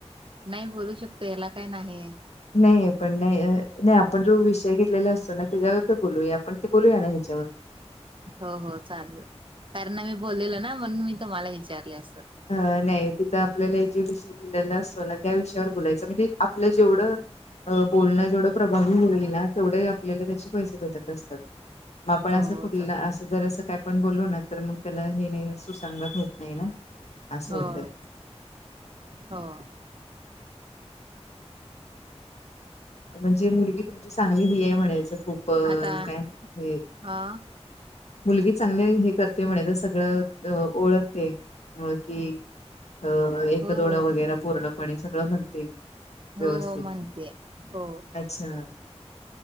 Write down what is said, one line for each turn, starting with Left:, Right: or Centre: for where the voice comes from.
Right: नाही बोलू शकतो, याला काही नाहीयं.
Left: नाही पण नाही नाही आपण जो विषय घेतलेला असतो ना त्याच्यावर तर बोलूया आपण ते बोलूया ना ह्याच्यावर
Right: हो हो चालेल कार ना मी बोललेलो ना म्हणून मी तुम्हाला विचारले असत
Left: अ नाही तिथं आपल्याला जे विषय दिलेलं असतो ना, त्या विषयावर बोलायचं म्हणजे आपलं जेवढं अ बोलणं जेवढं प्रभावी होईल ना, तेवढे आपल्याला त्याचे पैसे भेटत असतात. मग आपण
Right: हो
Left: असं
Right: हो
Left: कुठला
Right: चल
Left: असं जर, अस काय पण बोलू ना तर मग त्याला हे नाही, सुसंगत होत नाही ना. असं
Right: हो
Left: होतय
Right: हो. हा.
Left: म्हणजे मुलगी तुमची चांगली ही आहे, म्हणायचं खूपच अअ
Right: आता
Left: काय हे
Right: हा
Left: मुलगी चांगली हे करते म्हणे, तर सगळं ओळखते. म कि अ एक
Right: हो
Left: दोनं
Right: हो
Left: वगैरे पूर्णपणे सगळं म्हणते.
Right: हो
Left: व्यवस्थित.
Right: हो, म्हणते हो.
Left: अच्छा!